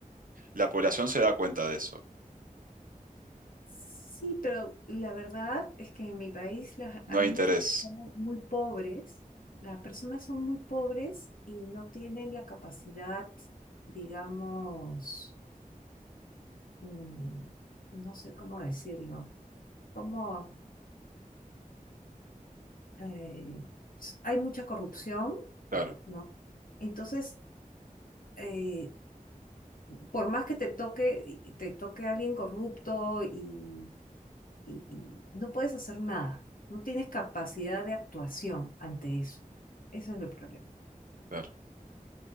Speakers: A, on the right; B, on the left.
A: La población se da cuenta de eso.
B: Sí, pero la verdad es que en mi país las-
A: No
B: hay
A: hay
B: muchas
A: interés.
B: personas muy pobres, las personas son muy pobres y no tienen la capacidad, digamos, mm, no sé cómo decirlo, como eh, s- hay mucha corrupción,
A: Claro,
B: ¿no? Entonces, eh, por más que te toque, y- y te toque alguien corrupto y, y- y no puedes hacer nada, no tienes capacidad de actuación ante eso. Ese es el problema.
A: claro.